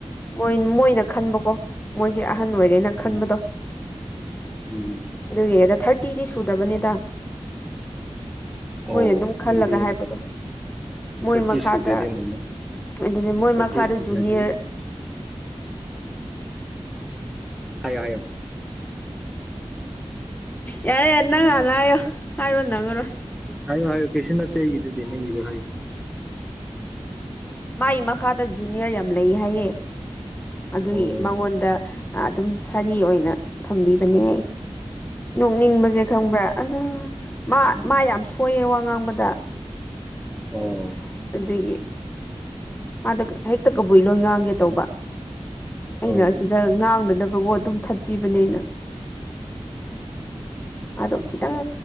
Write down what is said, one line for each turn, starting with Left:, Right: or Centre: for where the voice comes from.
Left: ꯃꯣꯏ ꯃꯣꯏꯅ ꯈꯟꯕꯀꯣ ꯃꯣꯏꯁꯦ ꯑꯍꯟ ꯑꯣꯏꯔꯦꯅ ꯈꯟꯕꯗꯣ
Centre: ꯎꯝ ꯎꯝ
Left: ꯑꯗꯨꯒꯤꯅꯦꯗ ꯊꯥꯔꯇꯤꯗꯤ ꯁꯨꯔ ꯁꯨꯗꯕꯅꯤꯗ
Centre: ꯑꯣ
Left: ꯃꯣꯏꯅ ꯑꯗꯨꯝ ꯈꯜꯂꯒ
Centre: ꯑꯗꯨꯗꯤ
Left: ꯍꯥꯏꯕꯗꯣ ꯃꯣꯏ
Centre: ꯊꯥꯔꯇꯤ
Left: ꯃꯈꯥꯗ
Centre: ꯁꯨꯗ꯭ꯔꯗꯤ ꯑꯃꯨꯛ
Left: ꯑꯗꯨꯗꯤ ꯃꯣꯏ
Centre: ꯊꯥꯔꯇꯤ
Left: ꯃꯈꯥꯗ
Centre: ꯁꯨꯗ꯭ꯔꯗꯤ
Left: ꯖꯨꯅꯤꯌꯔ
Centre: ꯍꯥꯏꯌꯣ ꯍꯥꯏꯌꯣ ꯍꯥ
Left: ꯌꯥꯔꯦ ꯅꯪ ꯍꯥꯟꯅ ꯍꯥꯏꯌꯣ ꯍꯥꯏꯕ ꯅꯪꯉꯔꯣꯏ
Centre: ꯍꯥꯏꯌꯣ ꯍꯥꯏꯌꯣ ꯀꯩꯁꯨꯅꯠꯇ ꯑꯩꯒꯤꯗꯨꯗꯤ ꯅꯪꯒꯤꯗꯣ ꯍꯥꯏꯌꯣ
Left: ꯃꯥꯒꯤ ꯃꯈꯥꯗ ꯖꯨꯅꯤꯌꯔ ꯌꯥꯝ ꯂꯩ ꯍꯥꯏꯌꯦ ꯑꯗꯨꯒꯤ
Centre: ꯑꯣ
Left: ꯃꯉꯣꯟꯗ ꯑꯥ ꯑꯗꯨꯝ ꯁꯥꯔꯤ ꯑꯣꯏꯅ ꯊꯝꯕꯤꯕꯅꯦ ꯅꯣꯛꯅꯤꯡꯕꯖꯦ ꯈꯪꯕ꯭ꯔꯥ ꯑꯥ ꯃꯥ
Centre: ꯎꯝ
Left: ꯃꯥ ꯌꯥꯝ ꯁꯣꯏꯌꯦ ꯋꯥ ꯉꯥꯡꯕꯗ
Centre: ꯑꯣꯝ
Left: ꯑꯗꯨꯒꯤ ꯃꯥꯗꯣ ꯍꯦꯛꯇ ꯀꯕꯨꯏ ꯂꯣꯟ ꯉꯥꯡꯒꯦ ꯇꯧꯕ ꯑꯩꯅ
Centre: ꯑꯣ ꯎꯝ
Left: ꯁꯤꯗ ꯉꯥꯡꯗꯅꯕꯒꯣ ꯑꯗꯨꯝ ꯊꯠꯄꯤꯕꯅꯦ ꯑꯩꯅ ꯑꯗꯣ ꯈꯤꯇꯪ